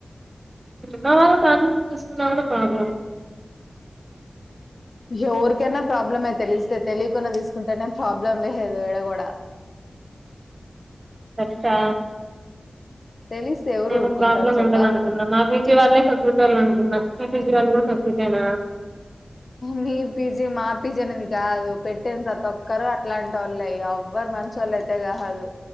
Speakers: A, on the right; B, on the left.
A: ఉన్న వాళ్ళు కానీ తీసుకున్నా కూడా ప్రాబ్లమే
B: ఎవరికైనా ప్రాబ్లమే తెలిస్తే తెలియకుండా తీసుకుంటేనే ప్రాబ్లం లేదు ఇడ కూడా
A: అచ్ఛా
B: తెలిస్తే ఎవరు
A: నేను
B: ఊరుకుంటారు
A: ప్రాబ్లమ్
B: చెప్ప
A: ఉండదు అనుకున్నా మా పీజీ వాళ్ళే కకృతోళ్లు అనుకున్నా మీ పిజి వాళ్ళు కూడా కకృతేన
B: మీ పీజీ మా పీజీ అనేది కాదు పెట్టిన ప్రతి ఒక్కరు అట్లాంటోల్లే ఎవ్ ఎవ్వరు మంచొలయితే కాదు